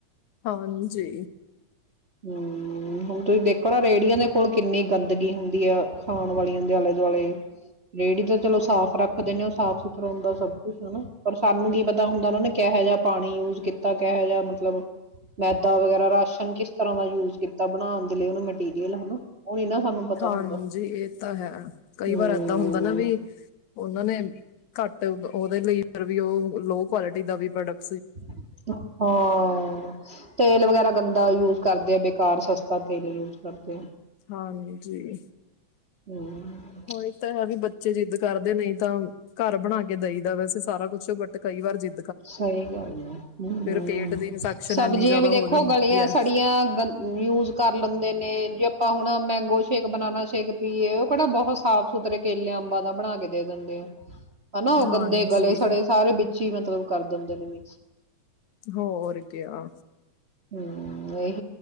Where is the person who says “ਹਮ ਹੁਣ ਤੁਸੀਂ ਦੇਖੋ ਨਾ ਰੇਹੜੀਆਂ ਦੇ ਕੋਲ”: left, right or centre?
Right